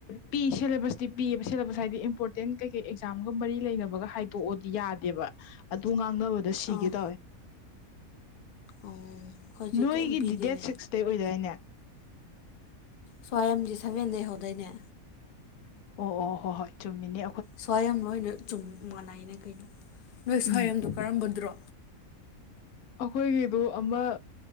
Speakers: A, on the left; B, on the left.
A: ꯄꯤ ꯁꯦꯂꯦꯕꯁꯇꯤ ꯄꯤꯌꯦꯕ ꯁꯦꯂꯦꯕꯁ ꯍꯥꯏꯗꯤ ꯏꯝꯄꯣꯔꯇꯦꯟꯠ ꯀꯩ ꯀꯩ ꯑꯦꯛꯖꯥꯝꯒ ꯃꯔꯤ ꯂꯩꯅꯕꯒ ꯍꯥꯏ ꯇꯣꯛꯑꯣꯗꯤ ꯌꯥꯗꯦꯕ ꯑꯗꯨ ꯉꯥꯡꯅꯕꯗ ꯁꯤꯒꯦ
B: ꯑꯥ
A: ꯇꯧꯋꯦ
B: ꯎꯝ ꯑꯩꯈꯣꯏꯁꯨ
A: ꯅꯣꯏꯒꯤꯗꯤ
B: ꯀꯔꯤꯝ ꯄꯤꯗꯦꯅꯦ
A: ꯗꯦꯠ ꯁꯤꯛꯁꯇꯩ ꯑꯣꯏꯗꯥꯏꯅꯦ
B: ꯁ꯭ꯋꯥꯌꯝꯗꯤ ꯁꯦꯚꯦꯟꯗꯩ ꯍꯧꯗꯥꯏꯅꯦ
A: ꯑꯣ ꯑꯣ ꯍꯣ ꯍꯣꯏ ꯆꯨꯝꯃꯤꯅꯤ
B: ꯁ꯭ꯋꯥꯏꯌꯝ ꯂꯣꯏꯅ ꯆꯨꯝ ꯃꯥꯟꯅꯩꯅꯦ ꯀꯩꯅꯣ ꯅꯣꯏ ꯁ꯭ꯋꯥꯏꯌꯝꯗꯣ
A: ꯎꯝ
B: ꯀꯔꯝꯕꯗ꯭ꯔꯣ
A: ꯑꯩꯈꯣꯏꯒꯤꯗꯨ ꯑꯃ